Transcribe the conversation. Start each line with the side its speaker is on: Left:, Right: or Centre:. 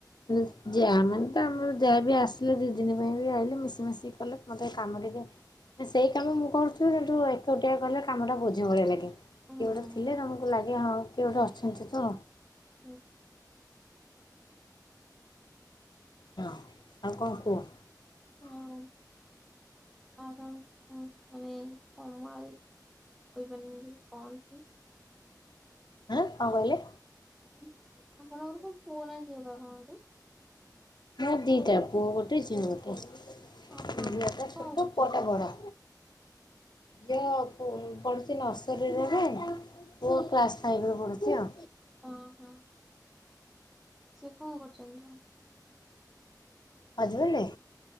Left: ହେଳେ ଯାଆ ମାନେ ତ ଆମର ଯାଆ ବି ଆସିଲେ ଦି ଦିନି ପାଇଁ ବି ଆଇଲେ ମିଶି ମାଶିକି କଲେ ମତେ କାମରେ ଟିଏ ଏ ସେଇ କାମ ମୁଁ କରୁଥୁବି କିନ୍ତୁ ଏକୁଟିଆ କଲେ କାମଟା ବୋଝ ଭଳିଆ ଲାଗେ। କିଏ
Centre: ହୁଁ
Left: ଗୋଟେ ଥିଲେ ତମୁକୁ ଲାଗେ ହଁ କିଏ ଗୋଟେ ଅଛନ୍ତି ତ।
Centre: ହୁଁ।
Left: ହଁ ଆଉ କଁ କୁହ।
Centre: ଆଉ ଆଉ ତମ ଅଁ ମାନେ କ ମୁଁ ଆଜି କଇପାରନି ମୁଁ ଯୋଉ କଣ ଚେ
Left: ଆଁ କଁ କହିଲେ?
Centre: ଉଁ ଆପଣଙ୍କର ପା ପୁଅ ନାଁ ଝିଅ ବା କଣ ଗୋଟେ?
Left: ମୋ ଦିଟା ପୁଅ ଗୋଟେ ଝିଅ ଗୋଟେ।
Centre: ହଁ ହଁ
Left: ଝିଅଟା
Centre: ସେ
Left: ଛୋଟ
Centre: କଣ କରୁଛନ୍ତି?
Left: ପୁଅଟା ବଡ଼। ଝିଅ ପୋ ପଢ଼ୁଚି ନର୍ସରୀରେ ପା ପୁଅ କ୍ଲାସ୍ ଫାଇପ୍ ରେ ପ ଚି ଅ।
Centre: ଓ ହଁ। ସିଏ କଁ କରୁଚନ୍ତି ଜ
Left: ହଜବେଣ୍ଡ୍?